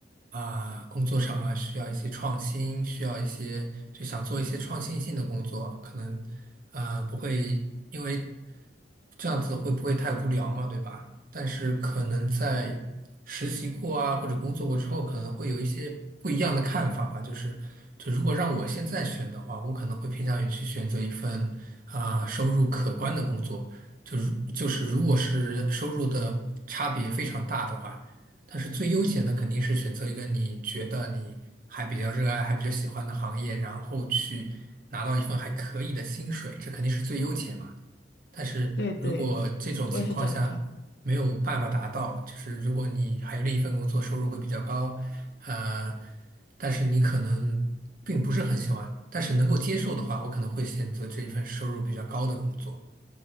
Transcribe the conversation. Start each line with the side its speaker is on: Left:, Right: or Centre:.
Right: 啊、工作上啊需要一些创新，需要一些就想做一些创新性的工作，可能呃不会因为这样子会不会太无聊嘛，对吧？但是可能在实习过啊或者工作过之后，可能会有一些不一样的看法吧。就是就如果让我现在选的话，我可能会偏向于去选择一份啊、收入可观的工作。就是就是如果是收入的差别非常大的话，但是最优解呢，肯定是选择一个你觉得你还比较热爱、还比较喜欢的行业，然后去拿到一份还可以的薪水，这肯定是最优解嘛。但是如果这种情况下没有办法达到，
Left: 对对，我也是这样的看法。
Right: 就是如果你还有另一份工作，收入会比较高，呃，但是你可能并不是很喜欢，但是能够接受的话，我可能会选择这一份收入比较高的工作。